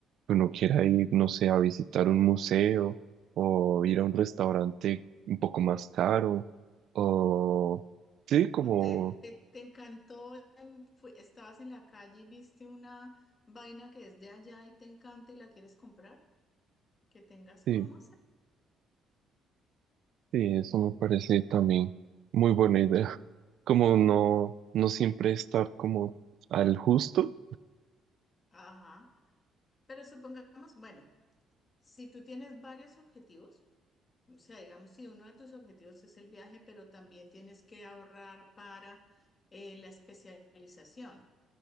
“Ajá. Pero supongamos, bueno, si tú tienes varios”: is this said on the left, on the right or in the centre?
Left